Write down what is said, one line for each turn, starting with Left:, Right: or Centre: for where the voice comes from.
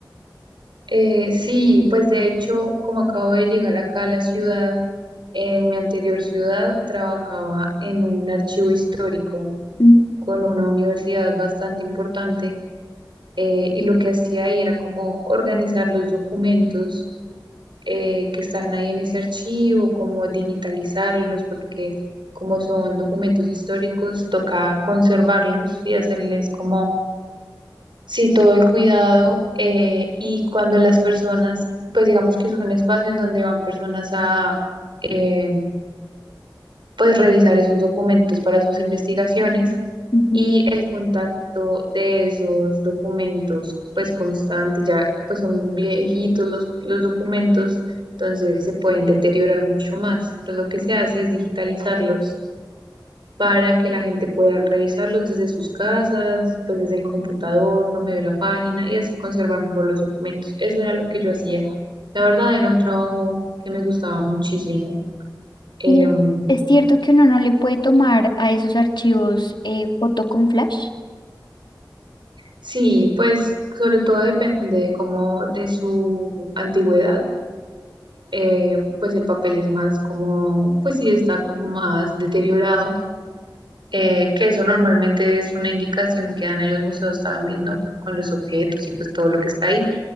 Right: Eh, sí, pues de hecho, como acabo de llegar acá a la ciudad, en mi anterior ciudad trabajaba en un archivo histórico
Left: Mm,
Right: con una universidad bastante importante eh, y lo que hacía ahí era como organizar los documentos eh, que están ahí en ese archivo, como digitalizarlos, porque como son documentos históricos, toca conservarlos y hacerles como sí, todo el cuidado eh, y cuando las personas, pues digamos que es un espacio en donde van personas a eh, pues revisar esos documentos para sus investigaciones
Left: Ujú,
Right: y el contacto de esos documentos pues constante, ya pues son viejitos los, los documentos, entonces se pueden deteriorar mucho más. Entonces, lo que se hace es digitalizarlos para que la gente pueda revisarlos desde sus casas, pues desde el computador, por medio de la página y así conservar mejor los documentos. Eso era lo que yo hacía. La verdad era un trabajo que me gustaba muchísimo. Em,
Left: Y es, es cierto que uno no le puede tomar a esos archivos eh, foto con flash.
Right: sí, pues sobre todo depende de cómo de su antigüedad. eh, pues el papel es más como, pues sí está como más deteriorado, eh, que eso normalmente es una indicación que dan en los museos también, ¿no? Con los objetos y pues todo lo que está ahí